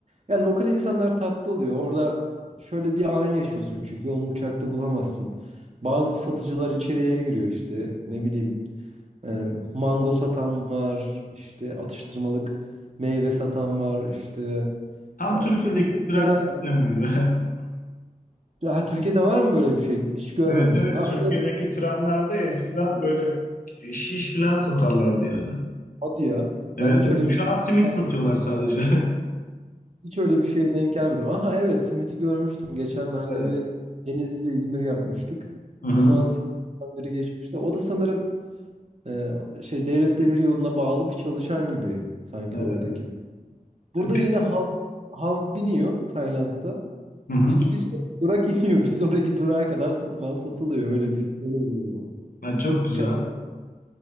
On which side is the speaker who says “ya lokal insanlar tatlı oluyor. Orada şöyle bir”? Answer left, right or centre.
Right